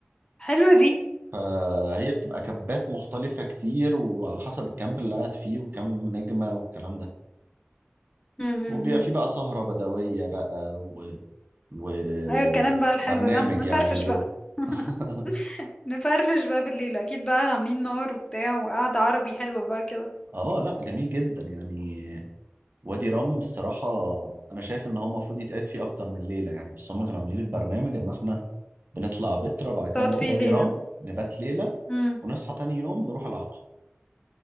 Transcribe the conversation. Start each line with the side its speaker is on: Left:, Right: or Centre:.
Left: حلوة دي
Right: فهي بتبقى كبات مختلفة كتير وعلى حسب الكامب اللي قاعد فيه وكم نجمة والكلام ده
Left: امم
Right: وبيبقى فيه بقى سهرة بدوية بقى و... وبرنامج
Left: ايوه الكلام بقى الحلو ده نفرفش
Right: يعني اليوم
Left: بقى <laughs>
Right: <laughs>
Left: نفرفش بقى بالليل اكيد بقى عاملين نار وبتاع وقعدة عربي حلوة بقى كده
Right: اه لا جميل جدا يعني وادي رام الصراحة انا شايف ان هو المفروض يتقعد فيه اكتر من ليلة يعني بس هم كانوا عاملين البرنامج ان احنا بنطلع بترا بعد
Left: تقعد
Right: كده نروح
Left: فيه
Right: وادي
Left: ليلة
Right: رام نبات ليلة
Left: امم
Right: ونصحى تاني يوم نروح العقبة